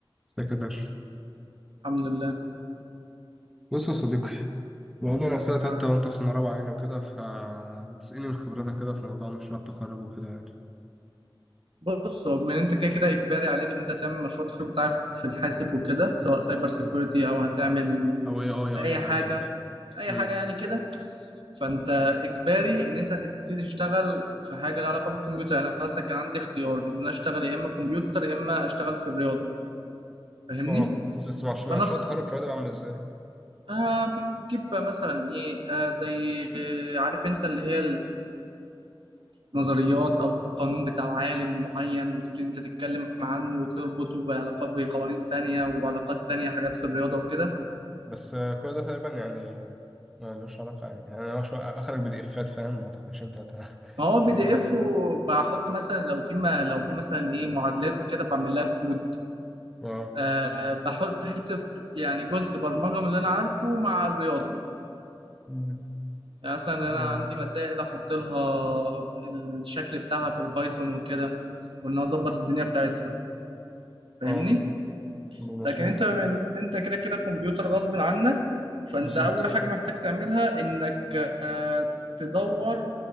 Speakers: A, in the centre; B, on the right.
A: سكرتير
B: الحمد لله
A: بص يا صديقي بقول لي نفسنا تالتة
B: آه،
A: وأنت في سنة رابعة يعني وكده فتسألني من خبرتك كده في موضوع مشروع التخرج وكده يعني
B: بص هو من انت كده كده اجباري عليك انت تعمل مشروع التخرج بتاعك في الحاسب وكده سواء سايبر سيكيورتي
A: آه.
B: او هتعمل
A: أو أي أي أو
B: اي
A: أي
B: حاجه
A: حاجة يعني
B: اي
A: مم.
B: حاجه يعني كده فانت اجباري ان انت هتبتدي تشتغل في حاجه لها علاقه بالكمبيوتر يعني انا مثلا كان عندي اختيار ان انا اشتغل يا اما كمبيوتر يا اما اشتغل في الرياضه فاهمني
A: اه بس بس مش- مشروع
B: فنفس
A: التخرج في الرياضة عامل إزاي
B: آه بتجيب بقى مثلا ايه آه زي آه، عارف انت اللي هي نظريات او قانون بتاع عالم معين وتبتدي انت تتكلم عنه وتربطه بعلاقات بقوانين تانية وعلاقات تانية حاجات في الرياضة وكده
A: بس آه، كل ده تقريبا يعني آه، ملوش علاقة يعني يعني أنا مش- أخرج بدي إفات فاهم ما أعتقدش أنت هت- <laughs>
B: ما هو
A: هتجيب
B: بي دي
A: أعلى
B: اف
A: من
B: وبحط
A: كده
B: مثلا لو في ما لو في مثلا ايه معادلات وكده بعمل لها كود
A: اه
B: أه بحط حتة يعني جزء برمجة من اللي انا عارفه مع الرياضة
A: مم.
B: يعني مثلا
A: جميل
B: انا عندي مسائل احط لها الشكل بتاعها في البايثون وكده وان أنا اظبط الدنيا بتاعتها فاهمني
A: اه مظبوط
B: لكن انت من انت كده كده كمبيوتر غصب عنك فانت
A: بالظبط
B: اول حاجه محتاج تعملها انك آه، تدور